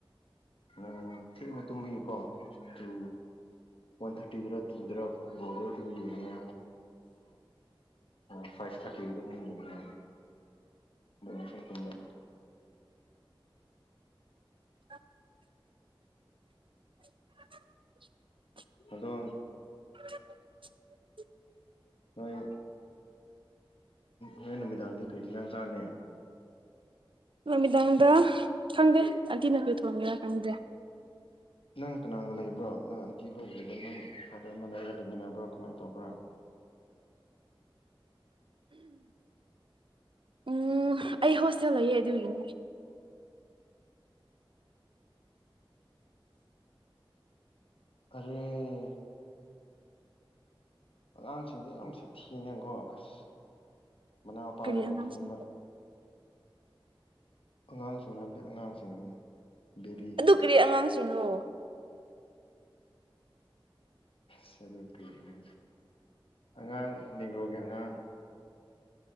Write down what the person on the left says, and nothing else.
ꯎ ꯊꯦꯡꯅ ꯇꯨꯝꯕꯒꯤꯀꯣ ꯇꯨ ꯋꯥꯟ ꯊꯥꯔꯇꯤꯗꯔ ꯇꯨꯗꯔ ꯐꯨꯠꯕꯣꯜꯗ ꯑꯗꯨꯝ ꯌꯦꯡꯉꯦ ꯑꯣ ꯐꯥꯏꯚ ꯊꯥꯔꯇꯤꯒꯤ ꯑꯗꯨꯝ ꯌꯦꯡꯉꯦ ꯑꯗꯨ ꯉꯥꯛꯇꯥꯪꯪ ꯇꯨꯝꯕ
ꯑꯗꯣ
ꯍꯣꯏ ꯔꯣꯏ ꯅꯨꯃꯤꯗꯥꯗ ꯀ꯭ꯔꯤꯁꯗ ꯍꯁꯥꯅꯦ
ꯅꯪ ꯀꯅꯥꯒ ꯂꯩꯕ꯭ꯔꯣ ꯅꯪ ꯑꯇꯤ ꯍꯣꯏ ꯂꯩꯕ ꯅꯪ ꯐꯗ ꯑꯃꯗꯥꯏꯗ ꯂꯩꯃꯤꯟꯅꯕ꯭ꯔꯥ ꯀꯃꯥꯏꯅ ꯇꯧꯕ꯭ꯔꯥ
ꯑꯔꯦ ꯑꯉꯥꯡꯁꯤꯡꯁꯦ ꯌꯥꯝ ꯁꯥꯊꯤꯅꯦꯀꯣ ꯑꯁ ꯃꯅꯥ ꯄꯥꯏꯔꯒ
ꯂꯩꯐꯝꯕ ꯑꯉꯥꯡꯁꯤꯡ ꯑꯃꯗꯤ ꯑꯉꯥꯡꯁꯤꯡꯅꯦ ꯕꯦꯔꯤ
ꯆ ꯀꯦꯅꯦ ꯑꯉꯥꯡ ꯅꯤꯒ꯭ꯔꯣꯒꯤ ꯑꯉꯥꯡ